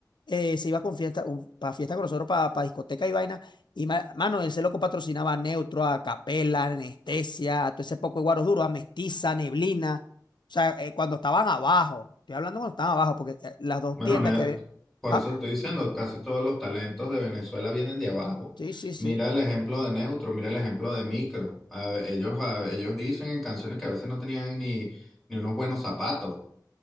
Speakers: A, on the left (about 90°); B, in the centre.
A: eh, se iba con fiesta, para fiesta con nosotros, para discoteca y vaina. Y ma- mano, él se loco patrocinaba a Neutro, a Capela, a Anestesia, a todo ese poco de guaros duros, a Mestiza, Neblina. O sea, eh, cuando estaban abajo, estoy hablando cuando estaban abajo, porque eh, las dos
B: Bueno,
A: tiendas
B: ne-
A: que había.
B: por
A: Ah,
B: eso te estoy diciendo, casi todos los talentos de Venezuela vienen de abajo.
A: sí, sí, sí,
B: Mira el ejemplo de Neutro, mira el ejemplo de Micro. A ve- ellos a- ellos dicen en canciones que a veces no tenían ni ni unos buenos zapatos,